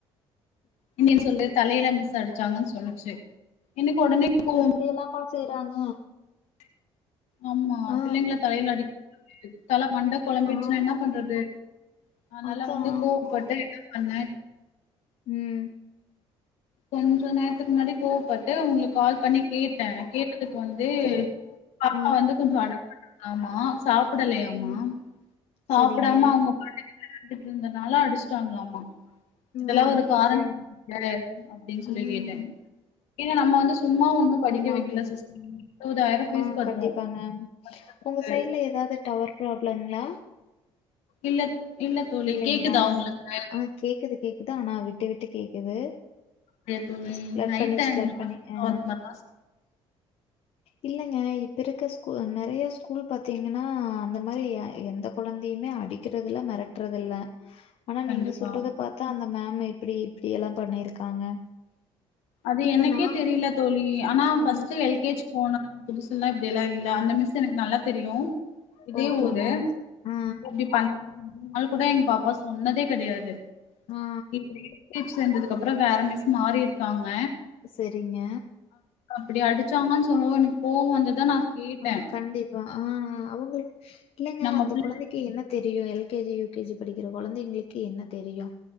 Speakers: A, on the left (about 80°); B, on the left (about 65°).
A: என்னயனு சொல்லு தலையில மிஸ் அடிச்சாங்கனு சொன்னுச்சு எனக்கு ஒடனே கோவம்
B: அப்படியெல்லாமா செய்றாங்க
A: ஆமா
B: ஆ,
A: பிள்ளைங்கள தலைல அடிக் <inaudible> தல மண்ட மூள கொழம்பீட்ச்சுன்னா
B: ஆ
A: என்ன பண்றது அதனால
B: அதான்.
A: வந்து கோவப்பட்டு என்ன பண்ணே
B: உம்
A: கொஞ்சோ நேரத்துக்கு முன்னாடி கோவப்பட்டு உங்குளுக்கு கால் பண்ணி கேட்டே கேட்டதுக்கு வந்து
B: சரி.
A: பாப்பா
B: ஆ
A: வந்து கொஞ்சோ அடோ பண்ணாளாமா சாப் படலயாமா
B: ம்
A: சாப்படாம
B: சரிங்க.
A: அவுங்க <unintelligible> இருந்ததுனால அடிச்சுட்டாங்களாமா இதெல்லா
B: ஆ
A: ஒரு காரண
B: இட்ட
A: <unintelligible> அப்டீன்னு சொல்லி
B: ம்
A: கேட்டே ஏன்னா நம்ம வந்து சும்மா ஒண்ணு படிக்க
B: ஆமாங்க
A: வைக்கல சிஸ்டர் இருவதாயிரோ ஃபீஸ்
B: ஆ
A: கட்றோ
B: கண்டிப்பாங்க
A: வருஷத்துக்கு
B: உங்க சைடுல ஏதாவது டவர் ப்ராபளங்களா?
A: இல்ல இல்ல தோழி
B: இல்லைங்களா?
A: கேக்குதா உங்குளுக்கு
B: ஆ கேக்குது கேக்குதா ஆனா விட்டு விட்டு கேக்குது
A: இல்லையா தோழி
B: ஸ்பிளட்
A: நைட்
B: பண்ணி
A: டைம்ல
B: ஸ்பிளட் பண்ணி ஆ
A: அந்த மாரிலா சாப்ட
B: இல்லைங்க இப்ப இருக்க ஸ்கூல் நறைய ஸ்கூல் பாத்தீங்கன்னா அந்த மாரி எந்த கொழந்தையுமே அடிக்கறது இல்ல மிரட்டுறது இல்ல ஆனா
A: கண்டிப்பா
B: நீங்க சொல்றத பாத் தா அந்த மேம் எப்புடி இப்புடி எல்லா பண்ணியிருக்காங்க
A: அது
B: இப்ப
A: எனக்கே
B: நான்
A: தெரியல தோழி ஆனா
B: ஆ
A: ஃபர்ஸ்ட் எல்கேஜி போனா புதுசு எல்லா இப்டியெல்லா இல்ல அந்த மிஸ் எனக்கு நல்லா தெரியு இதே
B: ஓகேங்க.
A: ஊரு
B: ஆ,
A: இப்டி பண்ண அது கூட எங்க பாப்பா சொன்னதே கெடையாது
B: ஆ
A: இப்டி கிஃப் சேர்ந்ததுக்கு அப்ற வேற மிஸ் மாரிருக்காங்க
B: சரிங்க.
A: அப்டி அடிச்சாங்கன் சொன்னது எனக்கு கோவ வந்து நா கேட்டே
B: ஆ கண்டிப்பா ஆ அவங்க இல்லங்க
A: நம்ம
B: அந்த
A: பிள்ள
B: கொழந்தைக்கு என்ன தெரியு எல்கேஜி யுகேஜி படிக்கிற கொழந்தைங்களுக்கு என்ன தெரியு